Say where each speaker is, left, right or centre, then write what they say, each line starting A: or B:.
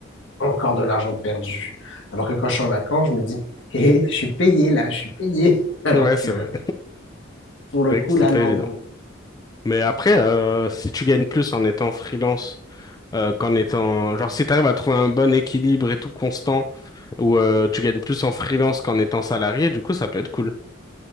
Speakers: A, on the left; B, on the left.
A: encore de l'argent de perdu. Alors que quand je suis en vacances, je me dis, hé, je suis payé là, je suis payé. <laughs> Alors
B: ouais,
A: que
B: c'est vrai. C'est
A: pour le
B: vrai
A: coup,
B: que c'est
A: là,
B: pas
A: non,
B: évident.
A: non.
B: Mais après, euh, si tu gagnes plus en étant freelance, euh, qu'en étant... Genre, si t'arrives à trouver un bon équilibre et tout constant, où euh, tu gagnes plus en freelance qu'en étant salarié, du coup, ça peut être cool.